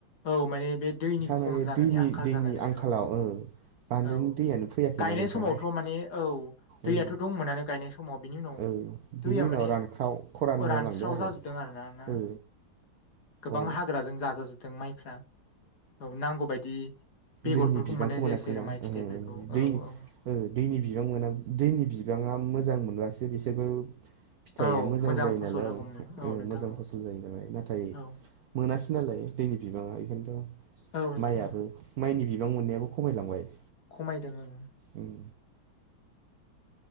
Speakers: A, on the left; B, on the right.
A: औ माने बे दैनि खम
B: माने
A: जानानै
B: दैनि
A: आंखाल
B: दैनि
A: जानानै
B: आंखालाव
A: औ
B: ओ बान्दोनि
A: औ
B: दैयानो फैयाखैना
A: गायनाय
B: नोंथां
A: समावथ' माने औ दैयाथ'
B: ओं
A: दंमोनानो गायनाय समाव बिनि उनाव
B: ओ बिनि
A: दैया
B: उनाव
A: माने
B: रानख्राव खरान जालांदों
A: रानस्राव
B: आरो
A: जाजोबदों आरोना ना
B: ओ
A: गोबां
B: औ
A: हाग्राजों जाजाजोबदों माइफ्रा औ नांगौबायायदि बेगरफोरखौ
B: दैनि बिबांखौ
A: मोननाय
B: मोनासैना
A: जायासै आरो माइ फिथाइफोरखौ
B: ओहो
A: औ
B: दैनि
A: औ
B: दैनि बिबां मोना दैनि बिबाङा मोजां मोनब्लासो बिसोरबो फिथाइआ
A: औ
B: मोजां जायो
A: फसल
B: नालाय
A: होगौमोन
B: औ
A: नोंथां
B: मोजां
A: औ
B: फसल जायो नालाय नाथाय
A: औ
B: मोनासै नालाय दैनि बिबाङा इखायनोथ'
A: औ नोंथां
B: माइयाबो
A: औ
B: माइनि बिबां मोननायाबो खमायलांबाय
A: खमायदों ओं
B: उम